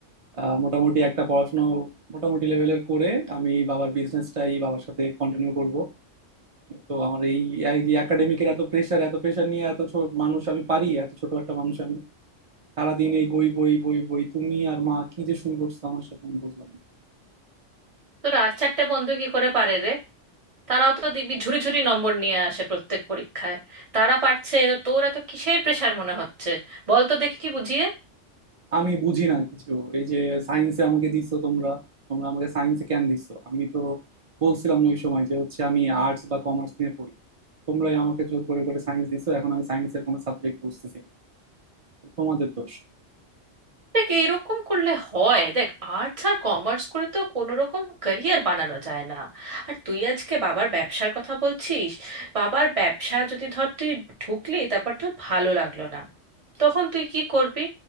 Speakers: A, on the right; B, on the right.
A: আহ, মোটামুটি একটা পড়াশোনা মোটামুটি লেভেলের করে আমি বাবার বিজনেসটাই বাবার সাথে কন্টিনিউ করব তো আমার এই এই যে একাডেমিকের এত প্রেশার এত প্রেশার নিয়ে এত ছোট মানুষ আমি পারি এত ছোট একটা মানুষ আমি সারাদিন এই বই বই বই বই তুমি আর মা কি যে শুরু করছো আমার সাথে আমি বুঝলাম না।
B: তোর আর চারটে বন্ধু কি করে পারে রে তারাও তো দিব্যি ঝুড়ি ঝুড়ি নম্বর নিয়ে আসে প্রত্যেক পরীক্ষায় তারা পারছে তো তোর এত কিসের প্রেশার মনে হচ্ছে বল তো দেখি বুঝিয়ে
A: আমি বুঝি না কিছু এই যে সায়েন্সে আমাকে দিচ্ছ তোমরা তোমরা আমাকে সায়েন্সে কেন দিচ্ছ আমি তো বলছিলাম না ওই সময় যে হচ্ছে আমি আর্টস বা কমার্স নিয়ে পড়ি তোমরাই আমাকে জোর করে করে সায়েন্স দিছো এখন আমি সায়েন্সের কোনো সাবজেক্ট বুঝতেছি না এটা তোমাদের দোষ
B: দেখ এরকম করলে হয় দেখ আর্টস আর কমার্স করে তো কোনো রকম ক্যারিয়ার বানানো যায় না আর তুই আজকে বাবার ব্যবসার কথা বলছিস বাবার ব্যবসা যদি ধর তুই ঢুকলি তারপর তোর ভালো লাগলো না তখন তুই কি করবি